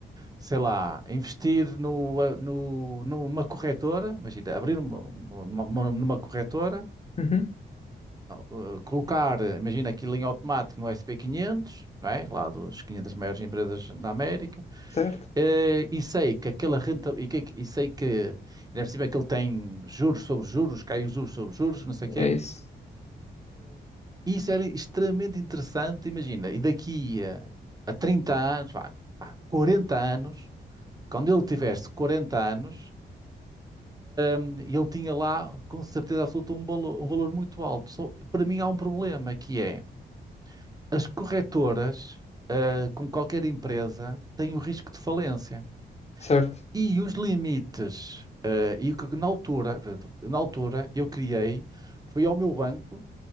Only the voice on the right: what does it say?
sei lá, investir no, ah, no, numa corretora, imagina, abrir uma, uma, uma- numa corretora,
uh, colocar, imagina aquilo em automático no sp quinhentos, não é? Lá dos 500 maiores empresas na América,
Eh, e sei que aquela renta e, que, e sei que ainda por cima é que ele tem juros sobre juros, cai os juros sobre juros, não sei o quê.
E isso era extremamente interessante, imagina. E daqui a, a 30 anos, vá, vá, 40 anos, quando ele tivesse 40 anos, hum, ele tinha lá com certeza absoluta um valor, um valor muito alto. Só, para mim há um problema que é as corretoras, eh, como qualquer empresa, têm o risco de falência.
E os limites, eh, e o que na altura, portanto, na altura eu criei, fui ao meu banco,